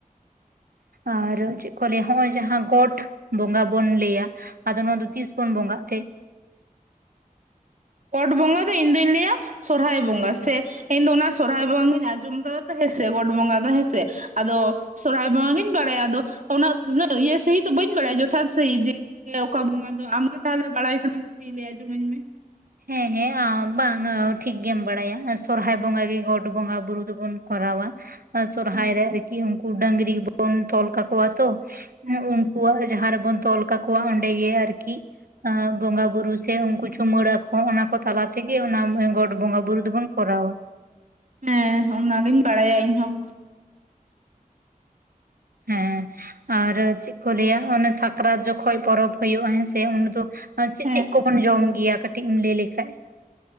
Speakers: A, on the right; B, on the right.
A: ᱟᱨ ᱪᱮᱫ ᱠᱚ ᱞᱟᱹᱭᱟ ᱱᱚᱜᱼᱚᱭ ᱡᱟᱦᱟᱸ ᱜᱚᱴ ᱵᱚᱸᱜᱟ ᱵᱚᱱ ᱞᱟᱹᱭᱟ ᱟᱫᱚ ᱱᱚᱣᱟ ᱫᱚ ᱛᱤᱥ ᱵᱩᱱ ᱵᱚᱸᱜᱟ ᱛᱮ
B: ᱯᱚᱴ ᱵᱚᱸᱜᱟ ᱫᱚ ᱤᱧ ᱫᱩᱧ ᱞᱟᱹᱭᱟ ᱥᱚᱨᱚᱦᱟᱭ ᱵᱚᱸᱜᱟ ᱥᱮ ᱤᱧ ᱫᱚ ᱚᱱᱟ ᱥᱚᱨᱦᱟᱭ ᱵᱚᱸᱜᱟ ᱜᱤᱧ ᱟᱸᱡᱚᱢ ᱠᱟᱫᱟ ᱛᱚ ᱦᱮᱸᱥᱮ ᱜᱚᱴ ᱵᱚᱸᱜᱟ ᱫᱚ ᱦᱮᱸᱥᱮ ᱟᱫᱚ ᱥᱚᱨᱦᱟᱭ ᱵᱚᱸᱜᱟ ᱜᱤᱧ ᱵᱟᱲᱟᱭᱟ ᱟᱫᱚ ᱩᱱᱟᱹᱜ ᱤᱭᱟᱹ ᱥᱟᱺᱦᱤᱡᱽ ᱫᱚ ᱵᱟᱹᱧ ᱵᱟᱲᱟᱭᱟ ᱡᱚᱛᱷᱟᱛ ᱥᱟᱺᱦᱤᱡᱽ ᱡᱮ ᱚᱠᱟ ᱵᱚᱸᱜᱟ ᱫᱚ ᱟᱢᱜᱮ ᱛᱟᱦᱚᱞᱮ ᱵᱟᱲᱟᱭ ᱠᱷᱟᱱᱮᱢ ᱠᱟᱹᱴᱤᱡᱽ ᱞᱟᱸᱭ ᱟᱡᱚᱢᱟᱹᱧ ᱢᱮ
A: ᱦᱮᱸ ᱦᱮᱸ ᱟᱢ ᱵᱟᱝ ᱴᱷᱤᱠ ᱜᱮᱢ ᱵᱟᱲᱟᱭᱟ ᱥᱚᱨᱦᱟᱭ ᱵᱚᱸᱜᱟ ᱜᱮ ᱜᱚᱴ ᱵᱚᱸᱜᱟ ᱵᱩᱨᱩ ᱫᱚᱵᱩᱱ ᱠᱚᱨᱟᱣᱟ ᱾ ᱥᱚᱨᱦᱟᱭ
B: ᱦᱮᱸ
A: ᱨᱮ ᱟᱨᱠᱤ ᱩᱱᱠᱩ ᱰᱟᱹᱝᱨᱤ ᱵᱚᱱ ᱛᱚᱞ ᱠᱟᱠᱚᱣᱟ ᱛᱚ
B: ᱦᱮᱸ
A: ᱩᱱ ᱣᱟᱜ ᱡᱟᱦᱟᱸ ᱨᱮᱵᱚᱱ ᱛᱚᱞ ᱠᱟᱠᱚᱣᱟ ᱚᱸᱰᱮ ᱜᱮ ᱟᱨᱠᱤ ᱟᱸ ᱵᱚᱸᱜᱟ ᱵᱩᱨᱩ ᱥᱮ ᱩᱱᱠᱩ ᱪᱩᱢᱟᱹᱲᱟ ᱠᱚ ᱦᱚᱸ ᱚᱱᱟ ᱠᱚ ᱛᱟᱞᱟ ᱛᱮᱜᱮ ᱚᱱᱟ ᱜᱚᱰ ᱵᱚᱸᱜᱟ ᱵᱩᱨᱩ ᱫᱚᱵᱩᱱ ᱠᱚᱨᱟᱣᱟ᱾
B: ᱦᱮᱸ ᱚᱱᱟᱜᱤᱧ ᱵᱟᱲᱟᱭᱟ ᱤᱧ ᱦᱚᱸ᱾
A: ᱦᱮᱸ ᱟᱨ ᱪᱮᱫ ᱠᱚ ᱞᱟᱹᱭᱟ ᱚᱱᱮ ᱥᱟᱠᱨᱟᱛ ᱡᱚᱠᱷᱚᱡ ᱯᱚᱨᱚᱵᱽ ᱦᱩᱭᱩᱜᱼᱟ ᱦᱮᱸᱥᱮ ᱩᱱ ᱫᱚ ᱟᱨ ᱪᱮᱫ
B: ᱦᱮᱸ
A: ᱪᱮᱫ ᱠᱚᱵᱚᱱ ᱡᱚᱢ ᱜᱮᱭᱟ ᱠᱟᱹᱴᱤᱡ ᱮᱢ ᱞᱟᱹᱭ ᱞᱮᱠᱷᱟᱡ